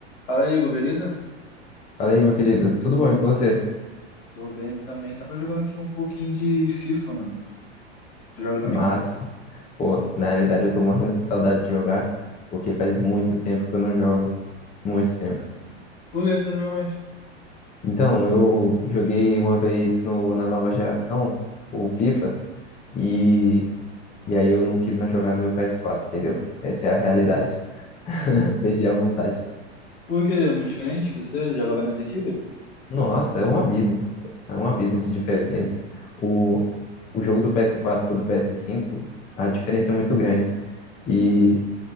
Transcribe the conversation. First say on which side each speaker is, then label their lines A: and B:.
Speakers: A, on the left (about 60°); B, on the left (about 20°).
A: Fala, Igor, beleza?
B: Fala aí, meu querido, tudo bom e com você?
A: Tô bem também. Tava jogando aqui um pouquinho de FIFA, mano. Tu joga também?
B: Mas, pô, na realidade eu tô morrendo de saudade de jogar, porque faz muito tempo que eu não jogo, muito tempo.
A: Por que você não joga mais?
B: Então, eu joguei uma vez no, na nova geração, o FIFA, e, e aí eu não quis mais jogar no meu PS4, entendeu? Essa é a realidade, <laughs> perdi a vontade.
A: Por que é muito diferente? Você jogava nas antigas?
B: Nossa, é um abismo, é um abismo de diferença. O, o jogo do PS4 pro do PS5, a diferença é muito grande. E